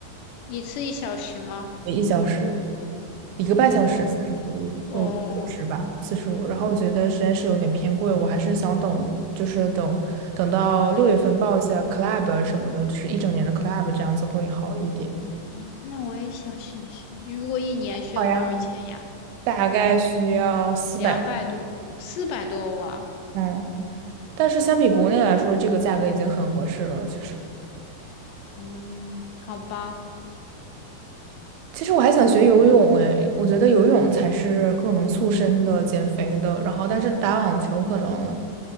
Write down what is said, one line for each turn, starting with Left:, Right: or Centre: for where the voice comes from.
Left: 一次一小时吗？
Right: 一小时，一个半小时，
Left: 哇，
Right: 四十五，
Left: 哦，
Right: 嗯，一个小时吧，四十五。然后我觉得实在是有点偏贵，我还是想等，就是等等到六月份报一下 club 什么的，就是一整年的 club 这样子会好一点。
Left: 啊，那我也想试一试。如果一年需要多少钱呀？
Right: 好呀。大概需要四百，
Left: 两百多，四百多哇。
Right: 嗯，但是相比国内来说，这个价格已经很合适了，其实。
Left: 嗯，好吧。
Right: 其实我还想学游泳诶，我觉得游泳才是更能塑身的、减肥的。然后，但是打网球可能